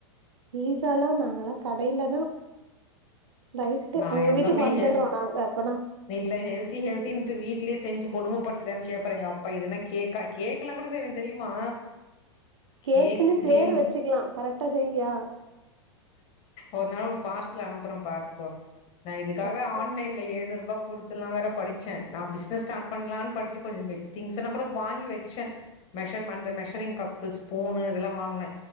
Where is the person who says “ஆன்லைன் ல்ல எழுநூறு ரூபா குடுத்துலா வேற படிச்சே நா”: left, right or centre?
Left